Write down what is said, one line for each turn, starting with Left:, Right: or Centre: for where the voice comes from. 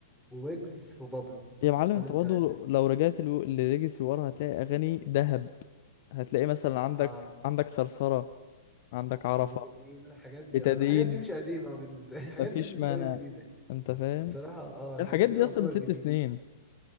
Centre: وويجز وبابلو
Left: يا معلم
Centre: دول
Left: انت
Centre: التلاتة
Left: برضه لو رجعت لو- لليجاسي ورا هتلاقي اغاني دهب هتلاقي مثلا عندك
Centre: اه
Left: عندك صرصره عندك عرفه
Centre: وبتدين الحاجات دي
Left: بتدين
Centre: اه الحاجات دي مش قديمة بالنسبة لي <laughs> الحاجات
Left: مفيش
Centre: دي بالنسبة
Left: مانع
Centre: لي جديدة يعني.
Left: انت فاهم
Centre: بصراحة اه الحاجات
Left: الحاجات
Centre: دي
Left: دي
Centre: تعتبر
Left: اصلا من ست
Centre: جديدة
Left: سنين